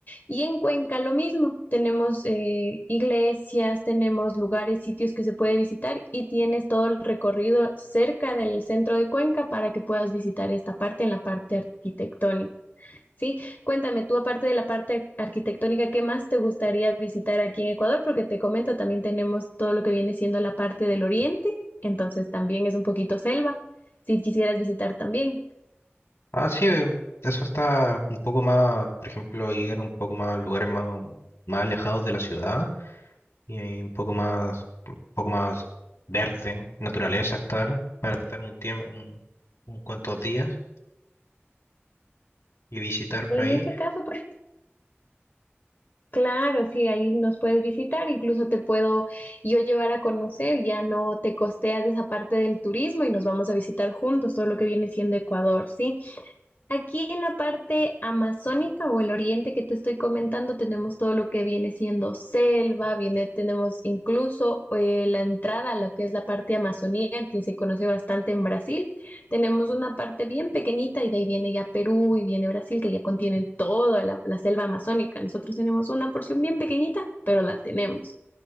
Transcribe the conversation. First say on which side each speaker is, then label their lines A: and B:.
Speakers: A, on the left; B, on the left.
A: Y en Cuenca lo mismo, tenemos eh, iglesias, tenemos lugares, sitios que se puede visitar y tienes todo el recorrido cerca del centro de Cuenca para que puedas visitar esta parte en la parte arquitectónica. ¿sí? Cuéntame tú, aparte de la parte arquitectónica, ¿qué más te gustaría visitar aquí en Ecuador? Porque te comento, también tenemos todo lo que viene siendo la parte del oriente, entonces también es un poquito selva, si quisieras visitar también.
B: Ah, sí, eh, eso está un poco más, por ejemplo, ir un poco más a lugares más, más alejados de la ciudad. y ahí un poco más, un poco más verde, naturaleza estar, para estar un tiempo, un, un cuantos días y visitar por
A: En
B: ahí.
A: ese caso, por Claro, sí, ahí nos puedes visitar, incluso te puedo yo llevar a conocer, ya no te costeas esa parte del turismo y nos vamos a visitar juntos todo lo que viene siendo Ecuador, ¿sí? Aquí en la parte amazónica o el oriente que te estoy comentando, tenemos todo lo que viene siendo selva, viene, tenemos incluso eh, la entrada a lo que es la parte amazonía, que se conoce bastante en Brasil. Tenemos una parte bien pequeñita y de ahí viene ya Perú y viene Brasil, que ya contienen toda la, la selva amazónica. Nosotros tenemos una porción bien pequeñita, pero la tenemos.